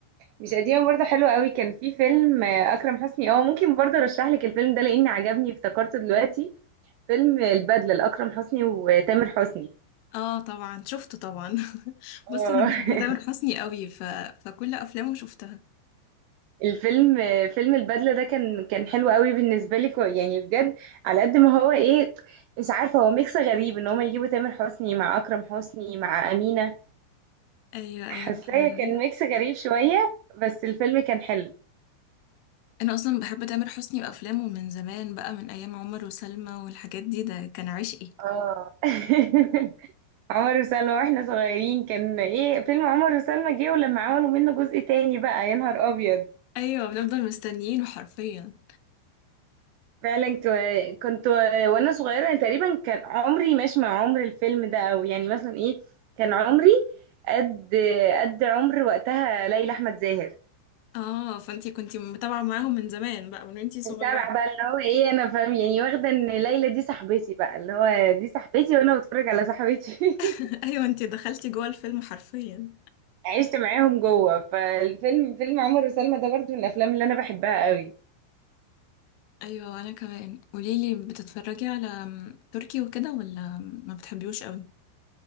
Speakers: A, on the right (about 85°); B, on the left (about 85°).
A: مش قديمة برضه حلوة قوي كان في فيلم أكرم حسني اه ممكن برضه ارشح لك الفيلم ده لأني عجبني افتكرته دلوقتي فيلم البدلة لأكرم حسني وتامر حسني
B: اه طبعا شفته طبعا <laughs>
A: اه
B: بصي انا
A: <laughs>
B: بحب تامر حسني قوي ف... فكل افلامه شفتها
A: الفيلم فيلم البدلة ده كان كان حلو قوي بالنسبة لي كو- يعني بجد على قد ما هو ايه مش عارفة هو ميكس غريب ان هما يجيبوا تامر حسني مع أكرم حسني مع أمينة
B: ايوه
A: حاساه
B: ايوه فعلا
A: كان ميكس غريب شوية بس الفيلم كان حلو
B: انا اصلا بحب تامر حسني وافلامه من زمان بقى من ايام عمر وسلمى والحاجات دي ده كان عشقي
A: اه <laughs> عمر وسلمى واحنا صغيرين كان ايه فيلم عمر وسلمى جه ولما عملوا منه جزء تاني بقى يا نهار ابيض
B: ايوه بنفضل مستنيين حرفيا
A: فعلا كنت كنت وانا صغيره يعني تقريبا كان عمري ماشي مع عمر الفيلم ده او يعني مثلا ايه كان عمري قد قد عمر وقتها ليلى احمد زاهر
B: اه فانتي كنتي متابعه معاهم من زمان بقى من وانتي صغيره
A: متابعه بقى اللي هو ايه انا فاهم يعني واخده ان ليلى دي صاحبتي بقى اللي هو دي صاحبتي وانا بتفرج على صاحبتي <laughs>
B: <laughs> ايوه انتي دخلتي جوه الفيلم حرفيا
A: عشت معاهم جوه فالفيلم فيلم عمر وسلمى ده برضو من الافلام اللي انا بحبها قوي
B: ايوه وانا كمان قوليلي بتتفرجي على م- تركي وكده ولا ما بتحبيوش قوي